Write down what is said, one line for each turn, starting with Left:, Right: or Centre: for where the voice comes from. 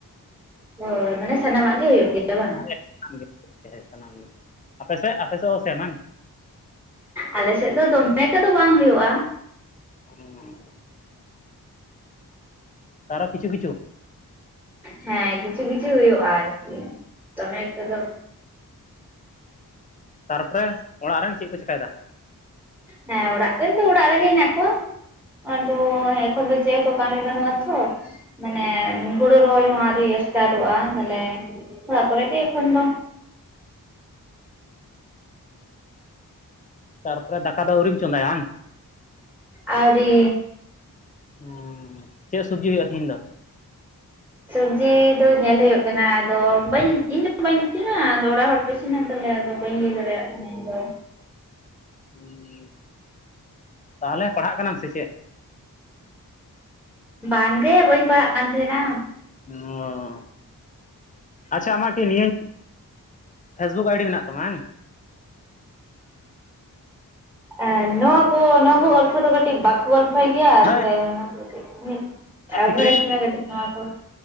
Centre: ᱦᱚᱸᱭ ᱢᱟᱱᱮ ᱥᱟᱱᱟᱢᱟᱜ ᱜᱮ ᱦᱩᱭᱩᱜ ᱜᱮᱭᱟ ᱵᱟᱝ?
Left: ᱮᱸᱜ ᱥᱟᱱᱟᱢ ᱜᱮ ᱛᱮᱦᱮᱸ <unintelligible> ᱟᱯᱮ ᱥᱮᱜ ᱟᱯᱮ ᱥᱮᱜ ᱦᱚᱸ ᱥᱮ ᱵᱟᱝ?
Centre: ᱟᱞᱮ ᱥᱮᱫ ᱫᱚ ᱫᱚᱢᱮ ᱠᱚᱫᱚ ᱵᱟᱝ ᱦᱩᱭᱩᱜ-ᱟ᱾
Left: <inaudible> ᱛᱟᱨᱚ ᱠᱤᱪᱷᱩ ᱠᱤᱪᱷᱩ?
Centre: ᱦᱮᱸ ᱠᱤᱪᱷᱩ ᱠᱤᱪᱷᱩ ᱦᱩᱭᱩᱜ-ᱟ ᱟᱨᱠᱤ ᱫᱚᱢᱮ ᱮᱠᱴᱟ ᱫᱚᱼᱼ
Left: ᱛᱟᱨᱯᱚᱨᱮ ᱚᱲᱟᱜ ᱨᱮᱱ ᱪᱤᱜ ᱠᱚ ᱪᱤᱠᱟᱭ ᱫᱟ?
Centre: ᱦᱮᱸ ᱚᱲᱟᱜ ᱨᱮᱱ ᱫᱚ ᱚᱲᱟᱜ ᱨᱮᱜᱮ ᱦᱮᱱᱟᱜ ᱠᱚᱣᱟ ᱟᱫᱚ ᱮᱠᱷᱚᱱ ᱫᱚᱼᱼ ᱪᱮᱜ ᱦᱚᱛᱚ ᱠᱟᱢᱤ ᱵᱟᱱᱩᱜ-ᱟ ᱛᱷᱚ ᱢᱟᱱᱮ ᱦᱩᱲᱩ ᱨᱚᱦᱚᱭ ᱦᱚᱸ ᱟᱣᱨᱤᱭᱟᱼᱼ ᱮᱥᱴᱟᱴᱚᱜ-ᱟ ᱛᱟᱦᱚᱞᱮ ᱚᱲᱟᱜ ᱠᱚᱨᱮ ᱜᱮ ᱮᱠᱷᱚᱱ ᱫᱚ᱾
Left: ᱛᱟᱨᱯᱚᱨᱮ ᱫᱟᱠᱟ ᱫᱚ ᱟᱹᱣᱨᱤᱢ ᱪᱚᱸᱫᱟᱭᱟ ᱵᱟᱝ?
Centre: ᱟᱣᱨᱤ᱾
Left: ᱚᱸᱻ ᱪᱮᱜ ᱥᱚᱵᱽᱡᱤ ᱦᱩᱭᱩᱜ-ᱟ ᱛᱤᱦᱤᱧ ᱫᱚ?
Centre: ᱥᱟᱹᱵᱽᱡᱤ ᱫᱚ ᱧᱮᱞ ᱦᱩᱭᱩᱜ ᱠᱟᱱᱟ, ᱟᱫᱚ ᱵᱟᱹᱧ ᱤᱧ ᱵᱟᱹᱧ ᱤᱥᱤᱱᱟ ᱟᱫᱚ ᱚᱲᱟᱜ ᱦᱚᱲ ᱠᱚ ᱤᱼᱼ ᱥᱤᱱᱟ ᱛᱟᱦᱚᱞᱮ ᱟᱫᱚ ᱵᱟᱹᱧ ᱞᱟᱹᱭ ᱫᱟᱲᱮᱭᱟᱜ ᱠᱟᱱᱟ ᱤᱧᱫᱚ᱾
Left: ᱩᱸᱻ ᱛᱟᱦᱚᱞᱮ ᱯᱟᱲᱦᱟᱜ ᱠᱟᱱᱟᱢ ᱥᱮ ᱪᱮᱜ?
Centre: ᱵᱟᱝ ᱜᱮ ᱵᱟᱹᱧ ᱯᱟᱲᱦᱟᱜ ᱠᱟᱱ ᱛᱟᱸᱦᱮᱱᱟ᱾
Left: ᱚᱸᱻ ᱟᱪᱪᱷᱟ ᱟᱢᱟᱜ ᱠᱤ ᱱᱤᱭᱟᱹᱼᱼ ᱯᱷᱮᱥᱵᱩᱠ ᱟᱭᱰᱤ ᱢᱮᱱᱟᱜ ᱛᱟᱢᱟ ᱵᱟᱝ?
Centre: ᱮ ᱱᱚᱣᱟ ᱠᱚ ᱱᱚᱣᱟ ᱠᱚ ᱜᱚᱞᱯᱷᱚ ᱫᱚ ᱠᱟᱹᱴᱤᱡ ᱵᱟᱠᱚ ᱜᱚᱞᱼᱼ ᱯᱷᱚᱭ ᱜᱮᱭᱟ
Left: ᱦᱳᱭ
Centre: ᱛᱟᱦᱚᱞᱮ ᱱᱚᱶᱟ ᱠᱚ ᱠᱟᱹᱴᱤᱡ ᱦᱮᱸᱜ ᱮᱵᱷᱚᱭᱮᱰ
Left: ᱥᱤᱠᱨᱮᱴ
Centre: ᱢᱮ ᱠᱟᱹᱴᱤᱡ ᱱᱚᱣᱟ ᱠᱚ᱾